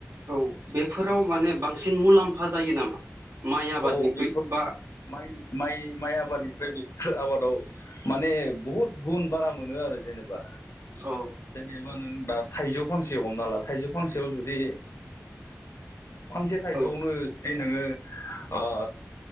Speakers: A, on the right; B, on the left.
A: औ बेफोराव माने बांसिन मुलाम्फा जायो नामा माइ आबादनिख्रुइ
B: औ बेफोर
A: बा
B: माइ माइ माइ आबादनिफ्राय बेफोर आबाद माने बुहुत गुन बारा मोनो आरो जेनेबा
A: औ
B: जेनेबा नों दा थाइजौ फांसे हमना ला थाइजौ फांसेयाव जुदि फांसे थाइजौआवनो
A: औ
B: नोङो